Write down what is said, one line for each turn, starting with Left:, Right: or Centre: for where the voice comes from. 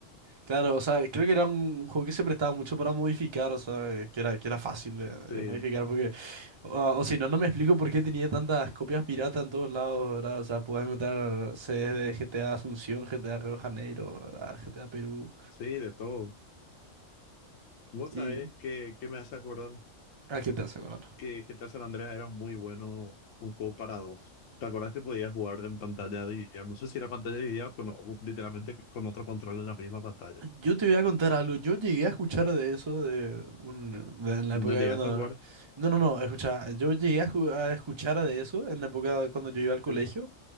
Right: Claro, o sea, creo que era un juego que se prestaba mucho para modificar, o sea, que era, que era fácil de, de
Left: Sí,
Right: modificar, porque, ah, o si no, no me explico por qué tenía tantas copias piratas en todos lados, ¿verdad? O sea, podías encontrar sedes de GTA Asunción, GTA Río de Janeiro, ¿verdad? GTA Perú
Left: sí, de todo. Vos
Right: y...
Left: sabés que, que me hace acordar
Right: ¿A qué te hace, Corona?
Left: que GTA San Andreas era muy bueno un juego para dos. ¿Te acordás que podías jugar en pantalla dividida? No sé si era pantalla dividida o con, o literalmente con otro control en la misma pantalla.
Right: Yo te voy a contar algo. Yo llegué a escuchar de eso de un, de- en la
Left: ¿No
Right: época
Left: llegaste
Right: de cuando...
Left: a jugar?
Right: No, no, no, escucha. Yo llegué a, ju- a escuchar de eso en la época de cuando yo iba al colegio
Left: Sí.